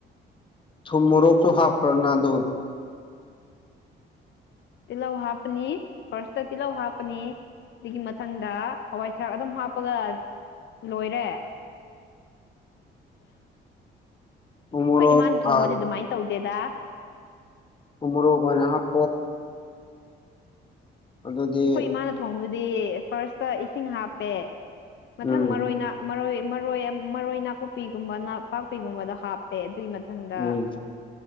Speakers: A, on the left (about 25°); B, on the left (about 65°).
A: ꯊꯨꯝ ꯃꯣꯔꯣꯛꯁꯨ ꯍꯥꯞꯈ꯭ꯔꯣꯅꯗꯣ
B: ꯇꯤꯜꯍꯧ ꯍꯥꯞꯄꯅꯤ ꯐꯥꯔꯁꯇꯥ ꯇꯤꯜꯍꯧ ꯍꯥꯞꯄꯅꯤ ꯁꯤꯒꯤ ꯃꯊꯪꯗ ꯍꯋꯥꯏ ꯊꯔꯥꯛ ꯑꯗꯨꯝ ꯍꯥꯞꯄꯒ ꯂꯣꯏꯔꯦ
A: ꯎ ꯃꯣꯔꯣꯛ
B: ꯈꯣꯏ ꯏꯃꯥꯅ ꯊꯣꯡꯕꯗꯤ
A: ꯑ
B: ꯑꯗꯨꯃꯥꯏꯅ ꯇꯧꯗꯦꯗ
A: ꯎꯃꯣꯔꯣꯛ ꯑꯣꯏꯅ ꯍꯥꯞ ꯑꯗꯨꯗꯤ
B: ꯑꯩꯈꯣꯏ ꯏꯃꯥꯅ ꯊꯣꯡꯕꯗꯤ ꯐꯥꯔꯁꯇ ꯏꯁꯤꯡ ꯍꯥꯞꯄꯦ ꯃꯊꯪ
A: ꯎꯝ
B: ꯃꯔꯣꯏꯅ ꯃꯔꯣꯏ ꯃꯔꯣꯏ ꯃꯔꯣꯏ ꯅꯥꯀꯨꯞꯄꯤꯒꯨꯝꯕ ꯅꯄꯥꯛꯄꯤꯒꯨꯝꯕꯗꯣ ꯍꯥꯞ- ꯄꯦ ꯑꯗꯨꯒꯤ ꯃꯊꯪꯗ
A: ꯎꯝ